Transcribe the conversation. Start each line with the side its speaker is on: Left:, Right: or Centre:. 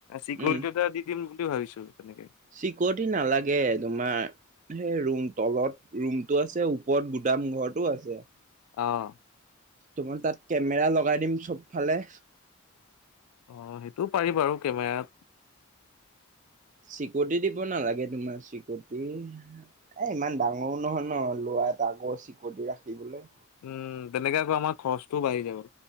Left: চিকৰিটি
Right: উম।
Left: এটা দি দিম বুলি ভাবিছোঁ তেনেকে।
Right: চিকৰটি নালাগে, তোমাৰ সেই ৰুম তলত ৰুমটো আছে, ওপৰত গুদাম ঘৰটো আছে।
Left: অ'।
Right: তোমাৰ তাত কেমেৰা লগাই দিম চবফালে।
Left: অ', সেইটোও পাৰি বাৰু কেমেৰাত।
Right: চিকৰটি দিব নালাগে, তোমাৰ চিকৰটি এ ইমান ডাঙৰো নহয় নহ, লৰা এটা আগৰ চিকৰটি ৰাখিবলৈ।
Left: উম, তেনেকে আকৌ আমাৰ খৰচটোও বাঢ়ি যাব।